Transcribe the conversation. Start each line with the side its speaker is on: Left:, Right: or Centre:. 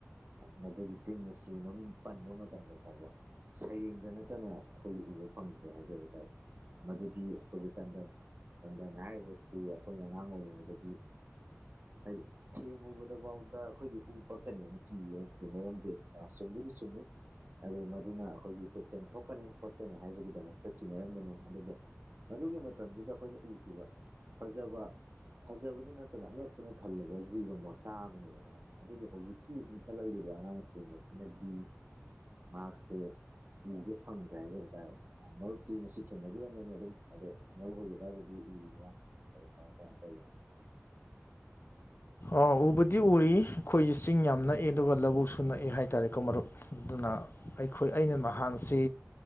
Right: ꯃꯗꯨꯒꯤ ꯇꯤꯟ ꯑꯁꯤ ꯃꯃꯤꯡ ꯄꯟꯕ ꯃꯇꯝꯗ ꯐꯥꯎꯕ ꯁꯩꯔꯦꯡꯗ ꯅꯠꯇꯅ ꯑꯩꯈꯣꯏꯒꯤ ꯎꯕ ꯐꯪꯗ꯭ꯔꯦ ꯍꯥꯏꯖꯕ ꯇꯥꯏ ꯃꯗꯨꯗꯤ ꯑꯩꯈꯣꯏꯒꯤ ꯇꯟꯗꯟ ꯇꯟꯗꯟ ꯍꯥꯏꯔꯤꯕꯁꯤ ꯑꯩꯈꯣꯏꯅ ꯑꯉꯥꯡ ꯑꯣꯏꯔꯤꯉꯩꯗꯗꯤ ꯍꯥꯏꯗꯤ ꯊꯦꯡꯉꯨꯕꯗꯐꯥꯎꯗ ꯑꯩꯈꯣꯏꯒꯤ ꯍꯨ ꯄꯛꯀꯅꯤꯅ ꯀꯤꯌꯦꯅ ꯊꯦꯡꯅꯔꯝꯗꯦ ꯑꯥ ꯆꯨꯝꯕꯨꯗꯤ ꯆꯨꯝꯃꯤ ꯑꯗꯨ ꯃꯗꯨꯅ ꯑꯩꯈꯣꯏꯒꯤ ꯄꯦꯛꯁꯟ ꯊꯣꯛꯀꯅꯤ ꯈꯣꯠꯀꯅꯤ ꯍꯥꯏꯕꯒꯤꯗꯃꯛꯇ ꯀꯤꯅꯔꯝꯕꯅꯤ ꯑꯗꯨꯕꯨ ꯑꯗꯨꯒꯤ ꯃꯇꯝꯗꯨꯗ ꯑꯩꯈꯣꯏꯅ ꯎꯈꯤꯕ ꯐꯖꯕ ꯐꯖꯕꯗ ꯅꯠꯇꯅ ꯑꯉꯛꯄꯅ ꯊꯜꯂꯕ ꯖꯤꯕ ꯃꯆꯥ ꯑꯃꯅꯦꯕ ꯃꯥ ꯑꯗꯨꯕꯨ ꯍꯧꯖꯤꯛꯀꯤ ꯏꯟꯈꯠꯂꯛꯂꯤꯕ ꯑꯉꯥꯡꯁꯤꯡ ꯑꯁꯤꯅꯗꯤ ꯃꯍꯥꯛꯁꯦ ꯎꯒꯦ ꯐꯪꯗ꯭ꯔꯦ ꯍꯥꯏꯖꯕ ꯇꯥꯔꯦ ꯃꯔꯨꯞꯛꯇꯤ ꯃꯁꯤ ꯊꯦꯡꯅꯕꯤꯔꯝꯒꯅꯤ ꯑꯗꯨꯝ ꯑꯗꯣ ꯃꯔꯨꯞ ꯍꯣꯏꯒꯤ ꯑꯗꯨꯋꯥꯏꯗꯗꯤ ꯎꯔꯤꯕꯔꯥ <unintelligible>
Left: ꯑ ꯎꯕꯗꯤ ꯎꯔꯤ ꯑꯩꯈꯣꯏꯁꯦ ꯆꯤꯡ ꯌꯥꯝ ꯅꯛꯑꯦ ꯑꯗꯨꯒ ꯂꯧꯕꯨꯛꯁꯨ ꯅꯛꯑꯦ ꯍꯥꯏꯇꯥꯔꯦꯀꯣ ꯃꯔꯨꯞ ꯑꯗꯨꯅ ꯑꯩꯈꯣꯏ ꯑꯩꯅ ꯅꯍꯥꯟꯁꯤ